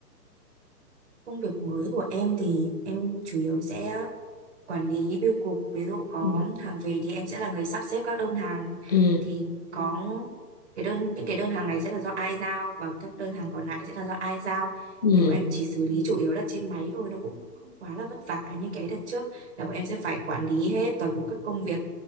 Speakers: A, on the right; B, on the left.
A: công việc mới của em thì em chủ yếu sẽ quản lý bưu cục ví dụ có
B: Ừ.
A: hàng về thì em sẽ là người sắp xếp các đơn hàng
B: Ừ.
A: thì Ừ. có cái đơn những cái đơn hàng này sẽ là do ai giao và các đơn hàng còn lại sẽ là do ai giao
B: Ừ.
A: thì bọn em chỉ xử Ừ. lý chủ yếu là trên máy thôi nó cũng không quá là vất vả như cái đợt trước là bọn em sẽ phải quản lý hết toàn bộ các công việc